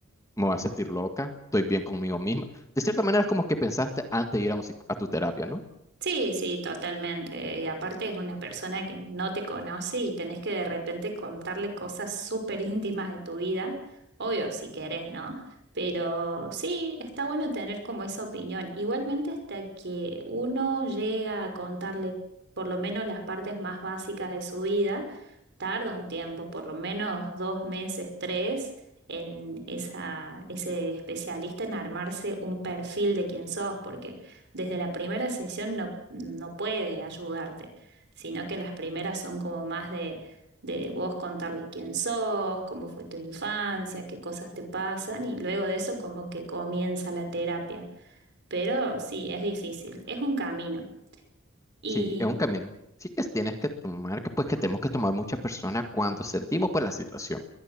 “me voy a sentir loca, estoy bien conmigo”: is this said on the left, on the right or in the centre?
Left